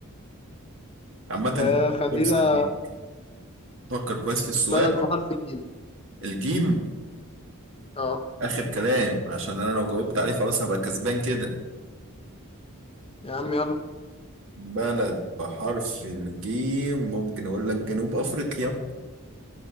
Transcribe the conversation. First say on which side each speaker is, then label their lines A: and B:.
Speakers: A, on the right; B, on the left.
A: عامة
B: آه
A: دي
B: خلينا
A: فرصة ليك. فكر كويس في السؤال
B: بلد بحرف الجيم
A: الجيم
B: اه
A: آخر كلام عشان أنا لو جاوبت عليه خلاص هبقى كسبان كده
B: يا عم يلا
A: بلد بحرف الجيم ممكن أقول لك جنوب أفريقيا